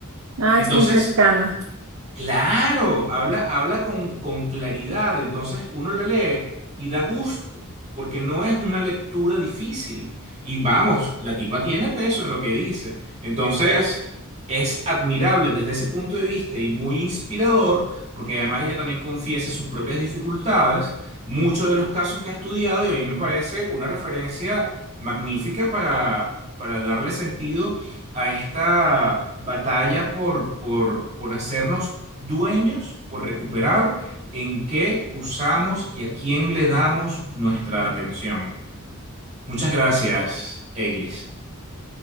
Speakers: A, on the right; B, on the right.
A: Ah,
B: Entonces,
A: es muy cercana.
B: Claro, habla, habla con, con claridad, entonces uno lo lee y da gusto, porque no es una lectura difícil. Y vamos, la tipa tiene peso en lo que dice. Entonces, es admirable desde ese punto de vista y muy inspirador, porque además ella también confiesa sus propias dificultades, muchos de los casos que ha estudiado, y a mí me parece una referencia magnífica para, para darle sentido a esta batalla por, por, por hacernos dueños, por recuperar en qué usamos y a quién le damos nuestra atención. Muchas gracias, Eglis.